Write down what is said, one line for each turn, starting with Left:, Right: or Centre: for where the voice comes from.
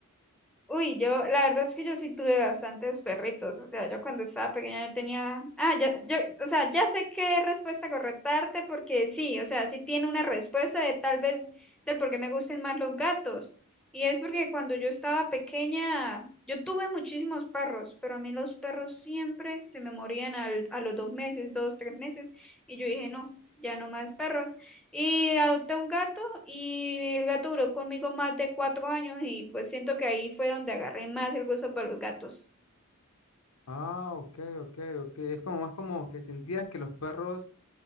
Centre: Uy, yo, la verdad es que yo sí tuve bastantes perritos, o sea, yo cuando estaba pequeña yo tenía, ah, ya, yo, o sea, ya sé qué respuesta correctarte porque sí, o sea, sí tiene una respuesta de tal vez del por qué me gustan más los gatos. Y es porque cuando yo estaba pequeña, yo tuve muchísimos perros, pero a mí los perros siempre se me morían al, a los dos meses, dos, tres meses, y yo dije, no, ya no más perros. Y adopté un gato y el gato duró conmigo más de cuatro años y pues siento que ahí fue donde agarré más el gusto por los gatos.
Left: Ah, ok, ok, ok. Es como más como que sentías que los perros